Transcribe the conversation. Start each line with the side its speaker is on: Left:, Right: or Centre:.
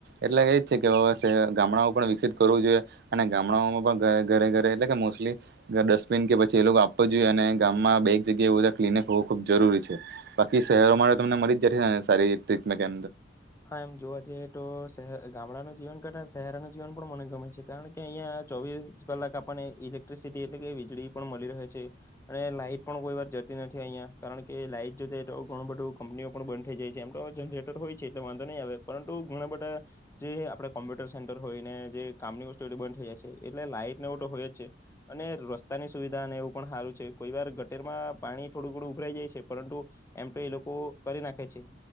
Right: એટલે એ જ છે કેવે ગામડાઓ પણ વિકસિત કરવું જોઈએ અને ગામડાઓમાં પણ ઘરે ઘરે એટલે કે મોસ્ટલી ડસ્ટબિન કે પછી એ લોકો આપવો જોઈએ અને ગામમાં બે એક જગ્યાએ એવું બધા ક્લિનિક હોવું ખૂબ જરૂરી છે બાકી શહેરોમાં તમને મરી સારી ટ્રીટમે કે
Left: હા એમ જોવા જઈએ તો ગામડાનું જીવન કરતા શહેરનું જીવન પણ મને ગમે છે કારણ કે અહિયાં ચોવીસ કલાક આપણને ઇલેક્ટ્રિસિટી એટલે કે વીજળી પણ મળી રહે છે અને લાાઈટ પણ કોઈ વાર જતી નથી અહિયાં કારણ કે લાઈટ જોતા તો ઘણું બધું કંપનીઓ પણ બંધ થઈ જાય છે એમ તો જનરેટર હોય એ વાંધો નહી આવે પરુ ઘણા બધા જે આપડ કોમ્પ્યુટર સેન્ટર હોય ને જે કામની વસ્તુ બંધ થઈ જાય છે એટલે લાઈટ એવ તો હોય જ છે અને રસ્તાની સુવિધા એવું પણ સારું છે કોઈ વાર ગટેરમાં પાણી થોડું થડું ઉભરાઈ જાય છે પરંતુ એમ તો એ લોકો કરી નાખે છે